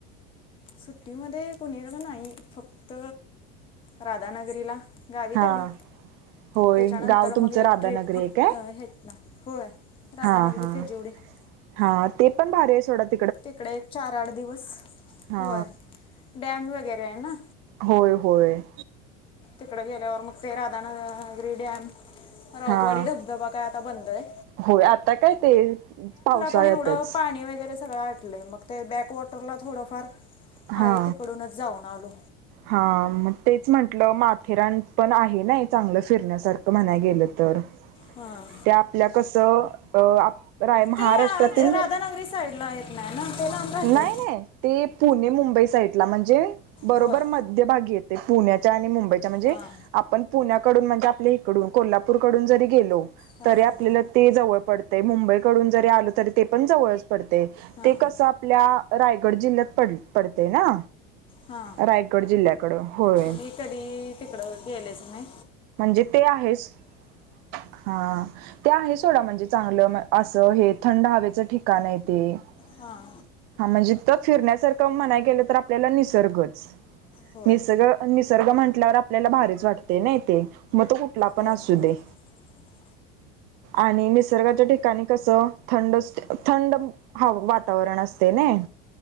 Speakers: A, on the left (about 25°); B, on the right (about 45°).
A: सुट्टीमध्ये कुणीकडं नाही. फक्त राधानगरीला. गावी
B: हा
A: तेवढं
B: होय
A: त्याच्यानंतर
B: गाव तुमचं
A: मग एक
B: राधानगरी
A: ट्रिप फक्त
B: आहे काय
A: हेच ना. होय. राधाानगरी
B: हा हा
A: भेजउडे --
B: हा ते पण भारी हाय सोडा --
A: तिकडे एक चार, आठ दिवस.
B: हा
A: होय. डॅम वगैरे हायना.
B: होय होय.
A: तिकडे गेल्यावर मग ते राधानगरी डॅम राऊतवाडी
B: हा
A: धबधबा काय आता बंद हाय.
B: होय. आता काय ते पावसाळ्यातच
A: पण एवढं पाणी वगैरे <unintelligible> मग ते बॅकवॉटरला थोडंफार
B: हा
A: आहे तिकडूनच जाऊन आलो.
B: हा मग तेच म्हंटलं माथेरान पण आहे ना चांगलं फिरण्यासारखं म्हणाय गेलं तर
A: हां
B: त्या आपल्या कस अ -- राय महाराष्ट्रातील
A: ते अ, राधानगरी साईडला येत नाही ना ते लांब राहते
B: नाही, नाही. ते पुणे मुंबई -- साइटला म्हणजे बरोबर
A: होय
B: मध्य भगी येतयं पुण्याच्या आणि मुंबईच्या म्हणजे
A: हां
B: आपण पुण्यात कडुन म्हणजे आपल्या इकडून कोल्हापूर कडून जरी गेलो
A: हां
B: तरी आपल्याला
A: हां
B: जवळ -- पडतयं मुंबईकडून जरी आल तरी ते पण जवळ पडतयं
A: हां
B: ते कस आपल्या -- रायगड जिल्ह्यात पड पडतयं ना?
A: हा.
B: रायगड जिल्ह्याकडं होय
A: मी कधी तिकडं गेलेच नाय.
B: म्हणजे ते आहेच हा ते आहे सोडा म्हणजे -- चांगलं असं हे थंड हवेचं ठिकाण आहे ते --
A: हां
B: हा म्हणजे तथ फिरण्यासारखं म्हणाय गेलं तर आपल्याला निसर्गच.
A: होय
B: निसग निसर्ग म्हंटल्यावर आपल्याला भारीच वाटतयं नाई ते मग तो कुठला
A: होय
B: पण असू दे.
A: <inaudible>
B: आणि निसर्गाच्या ठिकाणी कस -- थंडच थंड ह वातावरण असतयंनि-